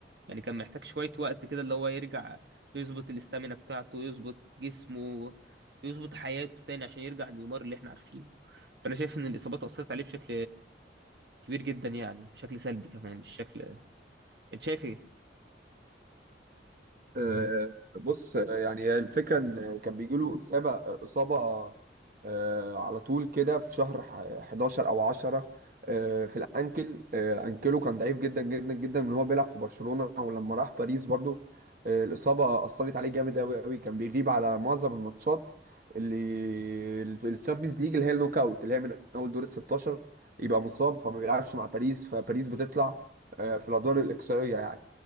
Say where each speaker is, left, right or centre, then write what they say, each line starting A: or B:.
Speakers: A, on the right (about 70°); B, on the right (about 50°).
A: يعني كان محتاج شوية وقت كده اللي هو يرجع يظبط الاستامينا بتاعته يظبط جسمه يظبط حياته تاني عشان يرجع نيمار اللي احنا عارفينه فأنا شايف إن الإصابات أثرت عليه بشكل كبير جدا يعني بشكل سلبي كمان مش شكل أنت شايف إيه؟
B: آه، بص آه، يعني هي الفكرة إن كان بيجي له إصابة إصابة آه، على طول كده في شهر ح- 11 أو 10 آه، في الأنكل آه، أنكله كان ضعيف جدا جدا جدا من هو بيلعب في برشلونة ولما راح باريس برضو آه، الإصابة أثرت عليه جامد أوي أوي كان بيغيب على معظم الماتشات اللي الشامبيونز ليج اللي هي النوك أوت اللي هي من أول دور ال 16 يبقى مصاب فما بيلعبش مع باريس فباريس بتطلع آه، في الأدوار الإقصائية يعني